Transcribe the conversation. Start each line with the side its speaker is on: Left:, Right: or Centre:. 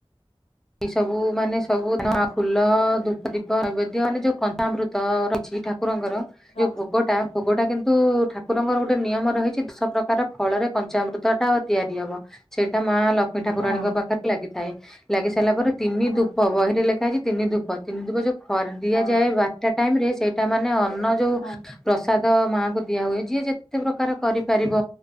Centre: ଏଇ ସବୁ ମାନେ ସବୁ ଫୁଲ ଧୂପ ଦୀପ ନଇବେଦ୍ୟ ମାନେ ଯୋଉ ପଞ୍ଚାମୃତ ରହିଛି ଠାକୁର ଠାକୁରଙ୍କର
Left: ହଁ
Centre: ଯୋଉ ଭୋଗଟା
Left: ହଁ
Centre: ଭୋଗଟା କିନ୍ କିନ୍ତୁ ଠାକୁରଙ୍କର ଗୋଟେ ନିୟମ ରହିଛି ଦଶ ପ୍ରକାର ଫଳରେ କଞ୍ଚାମୃତ ଟା ତିଆରି ହବ ସେଇଟା ମା ଲକ୍ଷ୍ ଲଷ୍ମୀ ଠାକୁୁରାଣୀଙ୍କ
Left: ହଁ
Centre: ପାଖରେ ଲାଗିଥାଏ। ଲାଗି ସାରିଲା ପରେ ତିନି
Left: ହଁ
Centre: ଧୂପ ବହିରେ ଲେଖା ହେଇଛି ତିନି ଧୂପ ତିନି ଧୂପ ଯଉ ଖରି ଦିଆଯାଏ
Left: ହଁ ହଁ
Centre: ବାରଟା ଟାଇମରେ ସେଇଟା ମାନେ ଅନ୍ନ ଯୋଉ
Left: ହଁ
Centre: ପ୍ରସାଦ ତ ମାଆଙ୍କୁ ଦିଆ ହୁଏ ଯିଏ ଯେତେ ପ୍ରକାର କରିପାରିବ।